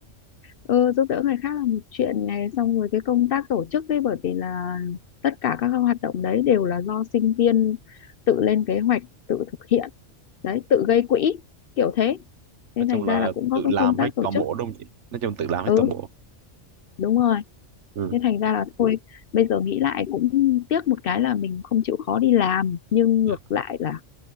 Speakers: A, on the left; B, on the right.
A: ừ giúp đỡ người khác là một chuyện này xong rồi cái công tác tổ chức ấy bởi vì là tất cả các hoạt động đấy đều là do sinh viên tự lên kế hoạch tự thực hiện đấy tự gây quỹ kiểu thế nên
B: nói chung
A: thành
B: là
A: ra là cũng có
B: tự làm
A: công tác
B: hết
A: tổ
B: toàn
A: chức
B: bộ đúng không chị nói chung tự làm hết
A: ừ
B: toàn bộ
A: đúng rồi
B: ừ.
A: nên thành ra là thôi bây giờ nghĩ lại cũng tiếc một cái là mình không chịu khó đi làm nhưng
B: Dạ.
A: ngược lại là